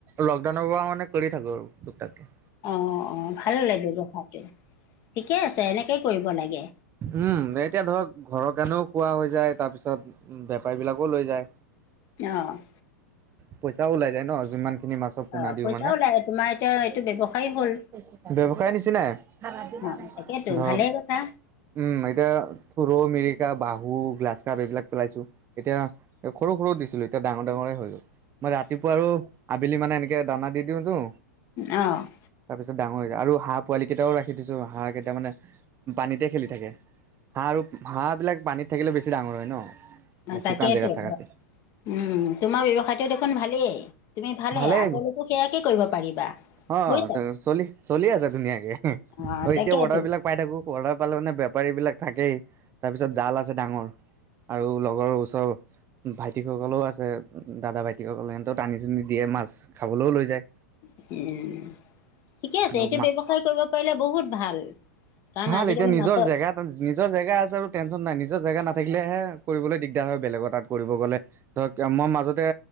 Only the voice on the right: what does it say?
লকডাউনৰ পা মানে কৰি থাকো আৰু। তুক তাকে
উম, এতিয়া ধৰক ঘৰৰ কাৰণেও খোৱা হৈ যায় তাৰ পিছত বেপাৰী বিলাকো লৈ যায়।
পইচাও ওলাই যায়। ন'যিমান খিনি মাছৰ পোনা
দিওঁ
মানে
<unintelligible>
বৱসায় নিচিনাই। <unintelligible>
ধৰক
উম, এতিয়া সৰু মিৰিকা, বাহু, গ্লাছ কাপ এইবিলাক পেলাইছো এতিয়া এ সৰু-সৰু দিছিলোঁ এতিয়া ডাঙৰ ডাঙৰে হৈ গ'ল। মই ৰাতিপুৱা আৰু আবেলি মানে এনেকে দানা দি দিও তো
তাৰপিছত ডাঙৰ হৈ যায় আৰু হাঁহ পোৱালি কেইটাও ৰাখি দিছো হাঁহ কেইটা মানে পানীতে খেলি থাকে। হাঁহ আৰু হাঁহবিলাক পানীত থাকিলেও বেছি ডাঙৰ হয় ন'? মানে
শুকান জেগাত
থাকাতে
ভালেই
অ,
<unintelligible> চলি- চলি আছে ধুনীয়াকে আৰু
এতিয়া অৰ্ডাৰ বিলাক পাই থাকো পৰ্দা পালোঁ মানে বেপাৰী বিলাক থাকেই তাৰ পিছত জাল আছে ডাঙৰ। আৰু লগৰ ওচৰ ভাইটিসকলেও আছে দাদা ভাইটিসকলে সেন্তেও টানি ছোঁনি দিয়ে মাছ খাবলৈও লৈ যায়।
আৰু
মা
ভাল
এতিয়া নিজৰ
জেগাত নিজৰ জেগা আছে আৰু টেনশ্যন নাই নিজৰ জেগা নাথাকিলেহে কৰিবলৈ দিগদাৰ হয় বেলেগৰ তাত কৰিব গ'লে। ধৰক এয়া মই মাজতে